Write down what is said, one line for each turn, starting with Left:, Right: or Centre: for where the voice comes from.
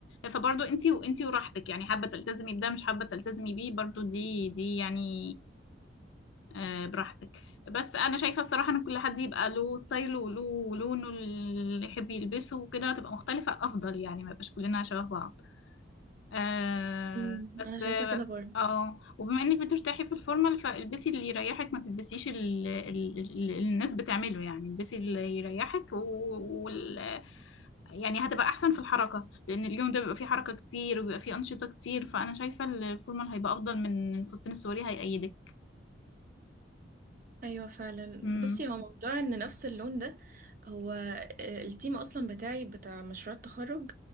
Left: فبرضو انتي وانتي وراحتك يعني حابه تلتزمي بده مش حابه تلتزمي بيه برضو دي دي يعني آه، براحتك بس انا شايفه الصراحه ان كل حد يبقى له ستايله وله ولونه اللي يحب يلبسه وكده تبقى مختلفه افضل يعني ما يبقاش كلنا شبه بعض آه
Right: أمم،
Left: بس
Right: انا شايفه
Left: بس
Right: كده برضو
Left: اه وبما انك بترتاحي في الفورمال فالبسي اللي يريحك ما تلبسيش ال- ال- اللي الناس بتعمله يعني البسي اللي يريحك و- وال يعني هتبقى احسن في الحركه لان اليوم ده بيبقى فيه حركه كتير وبيبقى فيه انشطه كتير فانا شايفه الفورمال هيبقى افضل من الفستان السوري هيأيدك
Right: ايوه فعلا
Left: امم
Right: بصي هو موضوع ان نفس اللون ده هو آه، التيم اصلا بتاعي بتاع مشروع التخرج